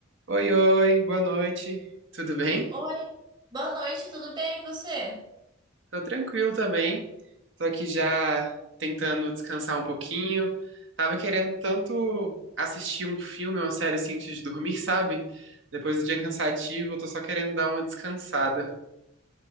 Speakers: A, on the right (about 65°); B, on the right (about 20°).
A: Oi, oi, boa noite. Tudo bem?
B: Oi, boa noite, tudo bem e você?
A: Tô tranquilo também. Tô aqui já tentando descansar um pouquinho. Tava querendo tanto assistir um filme, uma série assim antes de dormir, <laughs> sabe? Depois do dia cansativo, eu tô só querendo dar uma descansada.